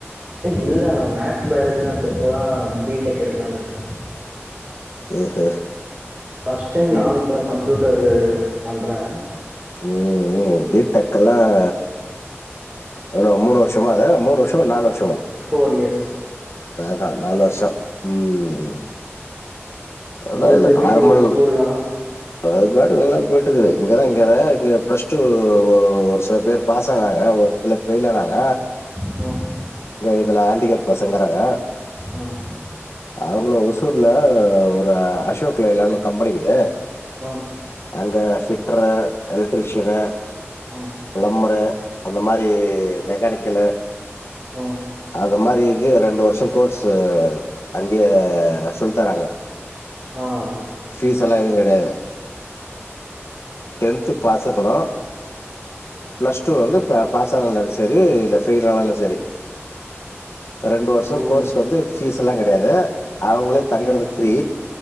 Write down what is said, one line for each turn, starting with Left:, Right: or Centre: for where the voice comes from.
Right: இல்லை நான் மேக்ஸ் பயாலஜி தான் திருப்பதான் பிடெக் எடுக்கலாம்னு இருக்கேன்
Left: <inaudible>
Right: ஃபர்ஸ்ட் டைம் நானும்
Left: ம்
Right: இப்போதான் கம்ப்யூட்டரு பண்றேன்
Left: உம் உம் வீட்டுக்க எல்லாம் எவ்வளவு மூணு வருஷமா அதான் மூணு வருஷம் நாலு வருஷம்
Right: சரிஸ்
Left: அதாவதான் நாலு வருஷம் உம் அதான்
Right: உங்களுக்கு
Left: இல்ல
Right: எப்டி
Left: நார்மல்
Right: போது ஸ்கூல்லா
Left: அது பாட்டு நல்லா போயிட்டு இருக்குது இங்கதான் இங்க இங்க பிளஸ் டூ ஒரு சில பேர் பாஸ் ஆனாங்க ஒரு புள்ள போயலனாங்க
Right: வ
Left: இதுல ஆண்டிகேட் பசங்கறாங்க
Right: ம்
Left: அவங்கள ஒருச புத்தூர்ல ஒரு அசோக்லேலான கம்பெனிக்குது
Right: ஆ
Left: அங்க ஃபிட்டரு எலக்ட்ரிஷியனு
Right: ம்
Left: பிளம்பரு அந்த மாதிரி மெக்கானிக்கல
Right: ம்
Left: அது மாதிரிக்கு ரெண்டு வருஷம் கோர்ஸு அங்கேய சொல்லி தராங்க
Right: ஆஹ
Left: பீஸ் எல்லாம் எது கிடையாது டென்து பாஸ் இருக்கணும் பிளஸ் டூ வந்து பா பாஸ் ஆனனும் சரி இல்ல யில் ஆனானும் சரி ரெண்டு வருஷம்
Right: ஓ
Left: கோர்ஸு வந்து ஃபீஸ் எல்லாம் கிடையாது அவங்களே தங்குறதுக்கு
Right: ம்
Left: ஃப்ரீ